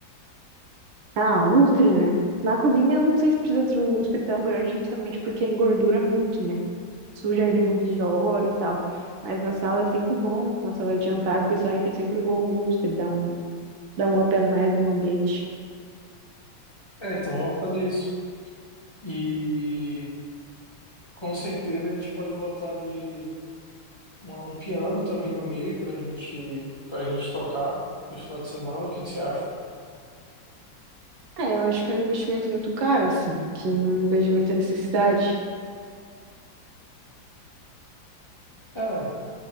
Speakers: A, on the right; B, on the left.
A: Ah, lustre, né? Na cozinha eu não sei se precisa ser um lustre tão grande, justamente porque engordura muito, né? suja ele muito de óleo e tal. Mas na sala é sempre bom, na sala de jantar, principalmente, é sempre bom o lustre, dá um, dá um up a mais no ambiente.
B: É, então vamos fazer isso. E com certeza a gente pode botar ali uma- um piano também no meio para gente, para gente tocar no final de semana. O que que você acha?
A: É, eu acho que é um investimento muito caro, assim, que não vejo muita necessidade.
B: É,